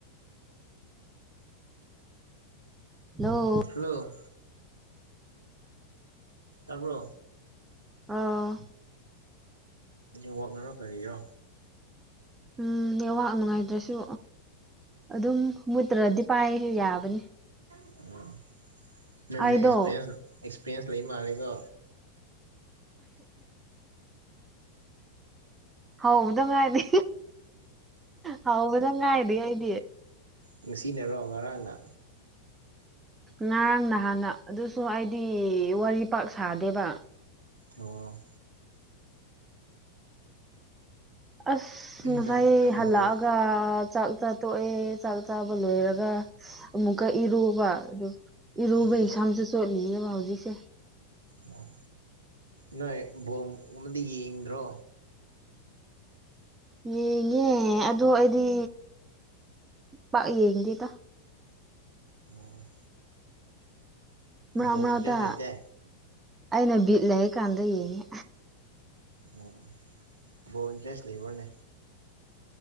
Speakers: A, on the right; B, on the right.
A: ꯍꯜꯂꯣ
B: ꯍꯜꯂꯣ ꯇꯥꯕ꯭ꯔꯣ
A: ꯑꯧ
B: ꯅꯦꯠꯋꯥꯛꯅꯔꯣ ꯀꯔꯤꯔꯣ
A: ꯎꯝ ꯅꯦꯠꯋꯥꯛ ꯅꯨꯡꯉꯥꯏꯇ꯭ꯔꯁꯨ ꯑꯗꯨꯝ ꯃꯨꯠꯇ꯭ꯔꯗꯤ ꯄꯥꯏꯔꯁꯨ ꯌꯥꯕꯅꯤ
B: ꯑꯣ ꯅꯪꯁꯦ
A: ꯑꯩꯗꯣ
B: ꯑꯦꯛꯁꯄꯔꯌꯦꯟꯁ ꯑꯦꯛꯁꯄꯔꯌꯦꯟꯁ ꯂꯩ ꯃꯥꯜꯂꯦꯀꯣ
A: ꯍꯧꯕꯗ ꯉꯥꯏꯔꯤ ꯍꯧꯕꯗ ꯉꯥꯏꯔꯤ ꯑꯩꯗꯤ
B: ꯉꯁꯤꯅꯔꯣ ꯉꯔꯥꯡꯅ
A: ꯉꯔꯥꯡ ꯅꯍꯥꯟꯅ ꯑꯗꯨꯁꯨ ꯑꯩꯗꯤ ꯋꯥꯔꯤ ꯄꯥꯛ ꯁꯥꯗꯦꯕ
B: ꯑꯣ
A: ꯑꯁ ꯉꯁꯥꯏ
B: ꯅꯪ ꯅꯪꯅ
A: ꯍꯜꯂꯛꯑꯒ
B: ꯒ꯭ꯔꯨꯞ
A: ꯆꯥ ꯆꯥꯛ ꯆꯥ ꯇꯣꯛꯑꯦ ꯆꯥꯛ ꯆꯥꯕ ꯂꯣꯏꯔꯒ ꯑꯃꯨꯛꯀ ꯏꯔꯨꯕ ꯑꯗꯨ ꯏꯔꯨꯕ
B: ꯎꯝ
A: ꯁꯝꯁꯨ ꯆꯣꯠꯂꯤꯌꯦ ꯍꯧꯖꯤꯛꯁꯦ
B: ꯑꯣ ꯅꯣꯏ ꯕꯣꯜ ꯒꯨꯝꯕꯗꯤ ꯌꯦꯡꯗ꯭ꯔꯣ
A: ꯌꯦꯡꯉꯦ ꯑꯗꯣ ꯑꯩꯗꯤ ꯄꯥꯛ ꯌꯦꯡꯗꯦꯗ
B: ꯑꯣ
A: ꯃꯔꯛ
B: ꯕꯣꯜ
A: ꯃꯔꯛꯇ
B: ꯏꯟꯇꯔꯦꯁ ꯂꯩꯇꯦ
A: ꯑꯩꯅ ꯕꯤꯠ ꯂꯩꯔꯀꯥꯟꯗ ꯌꯦꯡꯉꯦ
B: ꯑꯣ ꯕꯣꯜ ꯏꯟꯇꯔꯦꯁ ꯂꯩꯕ꯭ꯔꯥꯅꯦ